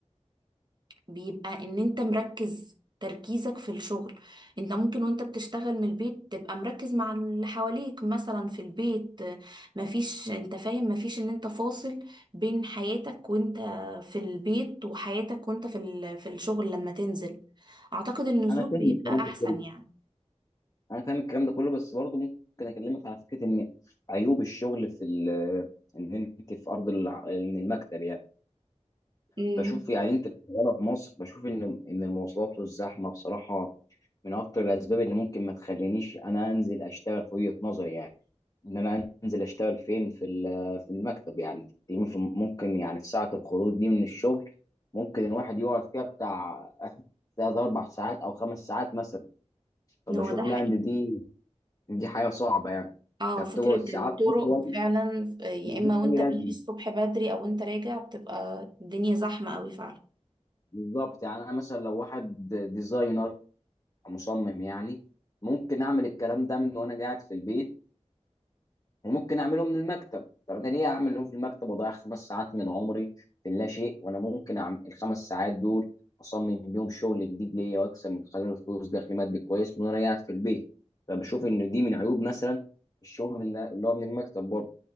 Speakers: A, on the right (about 40°); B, on the left (about 35°).
A: بيبقى ان انت مركز تركيزك في الشغل انت ممكن وانت بتشتغل من البيت تبقى مركز مع اللي حواليك مثلا في البيت آه، مفيش انت فاهم مفيش ان انت فاصل بين حياتك وانت في البيت وحياتك وانت في ال- في الشغل لما تنزل اعتقد النزول
B: انا فاهم
A: بيبقى
B: الكلام
A: احسن
B: ده كله
A: يعني
B: انا فاهم الكلام ده كله بس برضه ممكن اكلمك على فكره ان عيوب الشغل في ال ان انت في ارض الع- من المكتب يعني
A: امم
B: بشوف يعني انت شغاله في مصر بشوف ان ان المواصلات والزحمه بصراحه من اكتر الاسباب اللي ممكن ما تخلينيش انا انزل اشتغل في وجهه نظري يعني ان انا انزل اشتغل فين في ال- في المكتب يعني تقريباً في- ممكن يعني في ساعه الخروج دي من الشغل ممكن الواحد يقعد فيها بتاع ثلاث اربع ساعات او خمس ساعات مثلا فبشوف
A: هو ده
B: لا
A: حقيقي
B: ان دي دي حاجة صعبة يعني
A: اه
B: فبتقعد
A: فكرة
B: ساعات
A: الطرق
B: أطول
A: فعلا آه، يا
B: من
A: اما وانت
B: أي لازمة
A: ماشي الصبح بدري او وانت راجع بتبقى الدنيا زحمة قوي فعلا
B: بالظبط يعني أنا مثلا لو واحد ديزاينر مصمم يعني ممكن أعمل الكلام ده من وأنا قاعد في البيت وممكن أعمله من المكتب طب أنا ليه أعمله في المكتب وأضيع خمس ساعات من عمري في لا شيء وأنا ممكن أعمل الخمس ساعات دول أصمم بيهم شغل جديد ليا وأكسب من خلاله فلوس دخل مادي كويس من وأنا قاعد في البيت فبشوف إن دي من عيوب مثلا الشغل اللي اللي هو من المكتب برضه